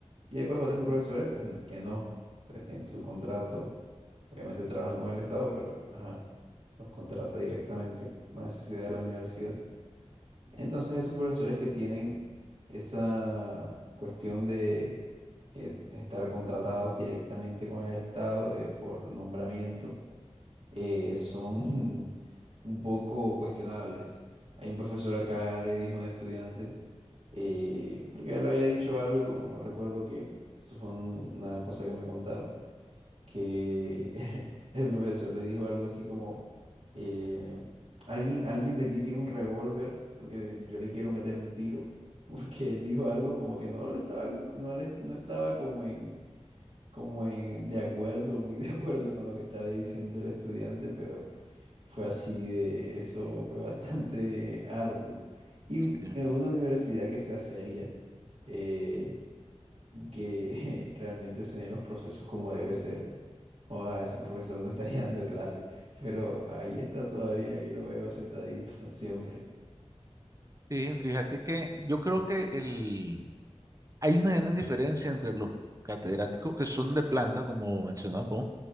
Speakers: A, on the right (about 60°); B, on the right (about 30°).
A: Y hay pues otros profesores pues n- que no. Entonces tienen su contrato, obviamente trabajan con el Estado, pero ajá, los contrata directamente con la necesidad de la universidad. Entonces esos profesores que tienen esa cuestión de, eh, de estar contratados directamente con el Estado de- por nombramiento, eh, son <laughs> un poco cuestionables. Hay un profesor acá le dijo a un estudiante, eh, porque él había dicho algo, no recuerdo qué, eso fue un- una cosa que me contaron, que <laughs> el, profesor le dijo algo así como, eh, alguien, alguien de aquí tiene un revólver porque yo le quiero meter un tiro. <laughs> Porque él dijo algo como que no lo estaba, en- no le- no estaba como en, como en, de acuerdo, muy <laughs> de acuerdo con lo que estaba diciendo el estudiante, pero fue así de, eso fue bastante <laughs> arduo. Y en
B: Sí,
A: una universidad que sea seria, eh, que <laughs> realmente se den los procesos como debe ser. Joda, ese profesor no estaría <laughs> dando clase, pero ahí está todavía, ahí lo veo sentadito <laughs> siempre.
B: Sí, fíjate que yo creo que el... Hay una gran diferencia entre los catedráticos que son de planta, como mencionabas vos,